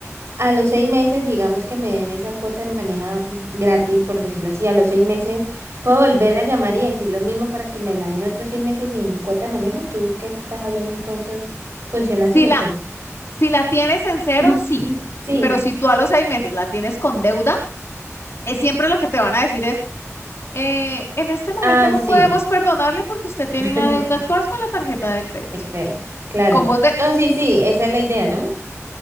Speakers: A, on the right (about 60°); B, on the left (about 55°).
A: A los seis meses, digamos que me den esa cuota de maneja gratis, por decirlo así. A los seis meses puedo volver a llamar y decir lo mismo para que me la den otros seis meses sin cuota de manejo. ¿Tú que estás ahí en ese cuento? ¿Funciona
B: Si
A: así o
B: la,
A: qué?
B: Si la tienes en cero,
A: <clears throat>
B: sí,
A: Sí.
B: pero si tú a los seis meses la tienes con deuda, es siempre lo que te van a decir es, eh, en este momento
A: Ah,
B: no
A: sí.
B: podemos perdonarle porque usted tiene
A: <laughs>
B: una deuda actual con la tarjeta de crédito.
A: Te creo. Claro.
B: Con vos de,
A: No, sí, sí, esa es la idea, ¿no?